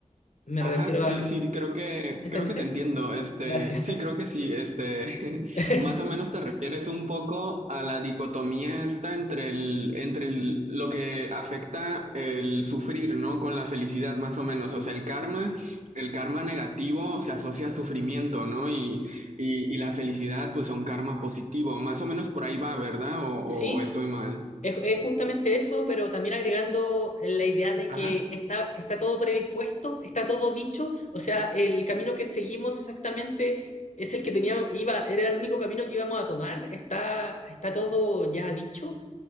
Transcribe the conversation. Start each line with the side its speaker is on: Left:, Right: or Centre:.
Left: me
Right: Ajá,
Left: refiero
Right: sí,
Left: a...
Right: sí, creo que,
Left: ¿Entendiste?
Right: creo que te entiendo. Este,
Left: Gracias.
Right: sí, creo que sí. Este, <laughs>
Left: <laughs>
Right: más o menos te refieres un poco a la dicotomía esta entre el, entre el- lo que afecta el sufrir, ¿no? Con la felicidad, más o menos. O sea, el karma, el karma negativo se asocia a sufrimiento, ¿no? Y, y, y la felicidad, pues, a un karma positivo. Más o menos por ahí va, ¿verdad? o
Left: Sí,
Right: o- o estoy mal.
Left: Es, es justamente eso, pero también agregando la idea de
Right: Ajá.
Left: que está, está todo predispuesto, está todo dicho, o sea, el camino que seguimos exactamente es el que teníamos, iba, era el único camino que íbamos a tomar, está, está todo ya dicho,